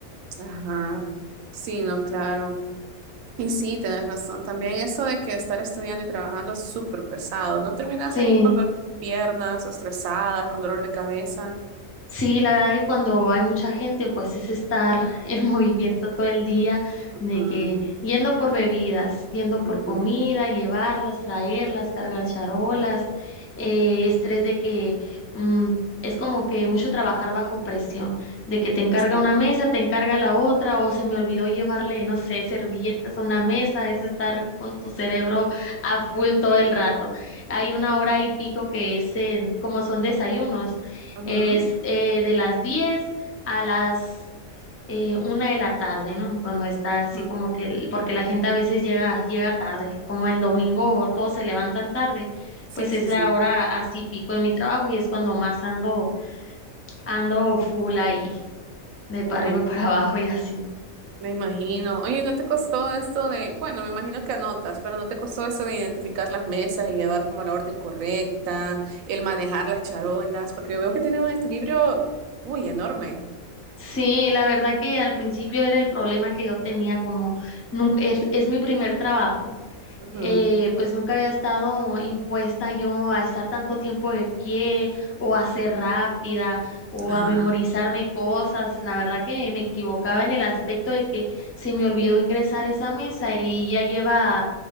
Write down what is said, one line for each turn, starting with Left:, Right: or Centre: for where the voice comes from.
Right: Ajá. Sí, no, claro. Y sí, tienes razón. También eso de que estar estudiando y trabajando es súper pesado. No terminas
Left: sí.
Right: ahí con dolor de piernas, estresada, con dolor de cabeza.
Left: Sí, la verdad que cuando hay mucha gente, pues es estar el <laughs> movimiento todo el día,
Right: Ujú,
Left: de que yendo por bebidas, yendo por
Right: ujú,
Left: comida, llevarlas, traerlas, cargar charolas, eh, estrés de que mm, es como que mucho trabajar bajo presión, de que te
Right: ujú,
Left: encarga
Right: sí,
Left: una mesa, te encarga la otra, o se me olvidó llevarle, no sé, servilletas a una mesa, es estar con tu cerebro a full todo el rato. Hay una hora y pico que es en, como son desayunos.
Right: ujú,
Left: Es eh, de las 10 a las eh, una de la tarde, ¿no? Cuando está así
Right: ujú.
Left: como que, el- porque la gente a veces llega, llega tarde, como el domingo todos se levantan tarde,
Right: Sí,
Left: pues
Right: sí,
Left: es la
Right: sí.
Left: hora así pico en mi trabajo y es cuando más ando, ando full ahí, de
Right: Uy,
Left: para arriba <laughs> para abajo y así.
Right: me imagino. Oye, ¿no te costó esto de, bueno, me imagino que anotas, pero ¿no te costó eso de identificar las mesas y llevar como la orden correcta, el manejar las charolas? Porque yo veo que tiene un equilibrio, uy, enorme.
Left: Sí, la verdad que al principio era el problema que yo tenía, como nun- es, es mi primer trabajo
Right: Ujú.
Left: eh, pues nunca había estado impuesta yo a estar tanto tiempo de pie o a ser rápida o
Right: Ajá.
Left: a memorizarme cosas. La verdad que me equivocaba en el aspecto de que se me olvidó ingresar esa mesa y ya lleva